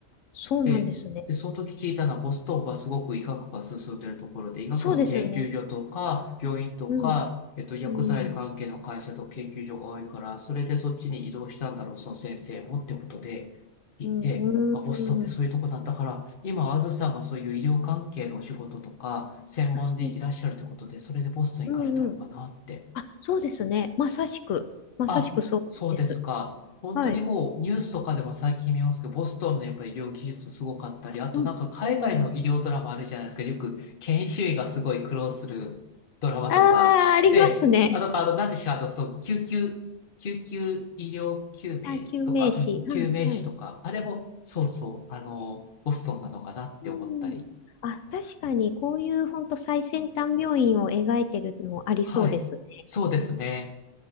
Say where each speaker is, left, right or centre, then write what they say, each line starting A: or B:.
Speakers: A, on the left (about 85°); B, on the left (about 50°).
A: そうなんですね。
B: で、で、その時聞いたのは、ボストンはすごく医学が進んでいるところで、医学の研究所とか、
A: そうですね。
B: 病院とか、
A: うん、
B: えっと、薬剤関係の会社と研究所が多いから、
A: うん、
B: それでそっちに移動したんだろう、その先生もってことで聞いて、
A: うん、うん。
B: あ、ボストンってそういうとこなんだから、今、あずさんがそういう医療関係のお仕事とか、専門でいらっしゃるってことで、
A: あそう。
B: それでボストン行かれたのかなって。
A: うん、うん。あ、そうですね。まさしく、まさしくそうです。
B: あ、そうですか。本当にもうニュースとかでも最近見ますけど、
A: はい。
B: ボストンのやっぱり医療技術すごかったり、あとなんか海外の医療ドラマあるじゃないですか。
A: うん。うん。
B: よく研修医がすごい苦労するドラマとか。
A: ああ、ありますね。
B: ええ。あとか、あの、なんでしょう、あの、そう、救急、救急医療救命とか、
A: あ、救命士。
B: うん救命士とか、
A: はい。はい。
B: あれも、そうそう、あの、ボストンなのかなって思ったり。
A: うん。あ、確かに、こういう本当最先端病院を描いてるのありそうですね。
B: はい。そうですね。